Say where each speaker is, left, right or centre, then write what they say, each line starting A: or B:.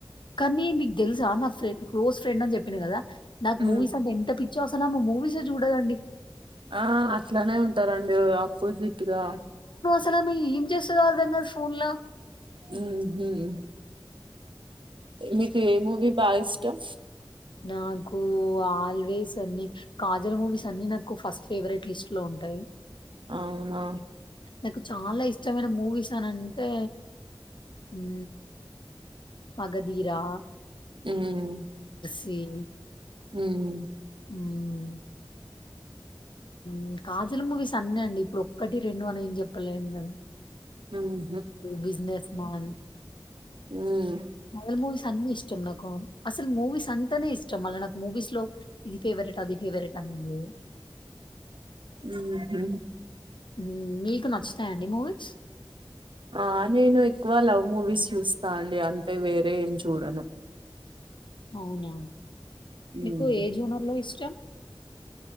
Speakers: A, on the left; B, on the right.
A: కానీ మీగ్ దెలుసా నా ఫ్రెండ్ క్లోజ్ ఫ్రెండ్ అని చెప్పిన గదా నాకు
B: మ్మ్
A: మూవీస్ అంటే ఎంత పి చ్చో అసల్ ఆమె మూవీస్ ఎ చూడదు అండి.
B: ఆ అట్లనే ఉంటార్ అండి అపోజిట్గా
A: కాని ఆమె ఎం చేస్తదో అర్థం గాదు ఫోన్ ల
B: మ్మ్ హ్మ్ మీకు ఏ మూవీ బాగా ఇష్టం?
A: నాకు ఆల్వేస్ అన్నీ కాజల్ మూవీస్ అన్నీ నాకు ఫస్ట్ ఫేవరెట్ లిస్ట్ లో ఉంటాయి.
B: అవునా
A: నాకు చాలా ఇష్టమైన మూవీస్ అని అంటే ఉమ్ మగధీరా
B: ఉమ్
A: ఏమీ
B: ఉమ్
A: మ్ మ్ కాజల మూవీస్ అన్ని అండి ఇప్పుడు ఒక్కటి రెండు అని ఏం జెప్పలేము గదా
B: మ్మ్ హ్మ్ మ్మ్
A: బిజినెస్ మన్
B: మ్మ్
A: కాజల్ మూవీస్ అన్నీ ఇష్టం నాక్ క అసలు మూవీస్ అంతనే ఇష్టం మళ్ళ నాకు మూవీస్ లో ఇది ఫేవరెట్, అది ఫేవరెట్ అని లేదు.
B: ఉ హు
A: మ్ మీకు నచ్చుతాయ అండి మూవీస్?
B: ఆ నేను ఎక్కువ లవ్ మూవీస్ చూస్తా అండి అంతే వేరే ఏం చూడను.
A: అవునా
B: హ్మ్.
A: మీకు ఏ జోనర్ లో ఇష్టం